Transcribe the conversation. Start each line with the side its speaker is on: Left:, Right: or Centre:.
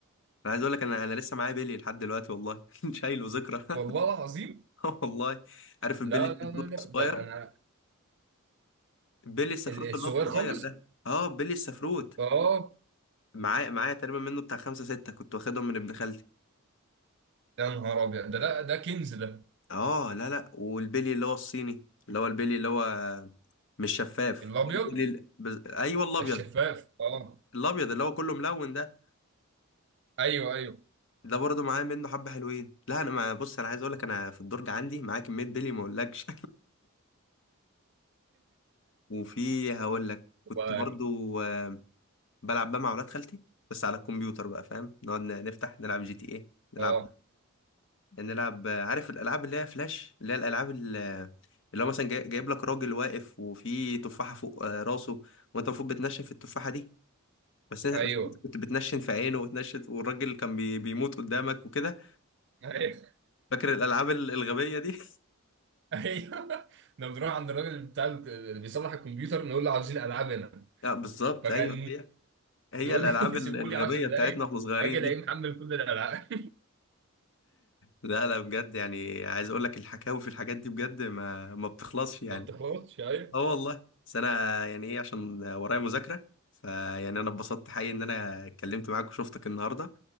Left: أنا عايز أقول لك أنا أنا لسه معايا بيلي لحد دلوقتي والله <laughs> شايله ذكرى <laughs>
Right: والله العظيم
Left: آه والله عارف البيلي
Right: لا لا
Left: السفروت
Right: لا لا
Left: الصغير؟
Right: ده انا
Left: بيلي السفروت
Right: ال- الصغير
Left: اللي هو الصغير
Right: خالص
Left: ده أه بيلي السفروت
Right: اه
Left: معايا معايا تقريبا منه بتاع خمسة ستة كنت واخدهم من ابن خالتي
Right: يا نهار ابيض ده لا ده كنز ده
Left: اه لا لا والبلي اللي هو الصيني اللي هو البلي اللي هو مش شفاف
Right: الابيض
Left: البلي ال- بز... ايوه الابيض
Right: الشفاف اه
Left: الابيض اللي هو كله ملون ده
Right: ايوه ايوه
Left: ده برضه معايا منه حبة حلوين لا انا ما بص انا عايز اقول لك انا في الدرج عندي معايا كمية بلي ما اقولكش <laughs> وفي هقول لك كنت
Right: والله
Left: برضه آه، بلعب بقى مع اولاد خالتي بس على الكمبيوتر بقى فاهم نقعد ن- نفتح نلعب جي تي ايه
Right: <laughs>
Left: نلعب
Right: اه
Left: نلعب عارف الالعاب اللي هي فلاش اللي هي الالعاب اللي اللي هو مثلا جاي- جايب لك راجل واقف وفي تفاحه فوق آه، راسه وانت المفروض بتنشن في التفاحه دي بس أنا-
Right: ايوه
Left: بس انت كنت بتنشن في عينه وتنشن والراجل كان بي... بيموت قدامك وكده
Right: ايوه
Left: فاكر الالعاب ال- الغبيه دي
Right: ايوه لما بنروح عند الراجل بتاع ال- اللي بيصلح الكمبيوتر نقول له عاوزين العاب هنا
Left: <laughs> اه بالظبط
Right: فكان
Left: ايوه هي هي
Right: يقول
Left: الالعاب
Right: لي <laughs>
Left: ال-
Right: سيبوا
Left: الغبيه
Right: لي 10 دقايق
Left: بتاعتنا واحنا صغيرين
Right: اجي الاقيه
Left: دي
Right: محمل كل الالعاب
Left: لا لا بجد يعني عايز اقول لك الحكاوي في الحاجات دي بجد ما ما بتخلصش
Right: <laughs>
Left: يعني
Right: ما بتخلصش ايوه
Left: اه والله بس انا يعني ايه عشان ورايا مذاكره فيعني انا اتبسطت حقيقي ان انا اتكلمت معاك وشفتك النهارده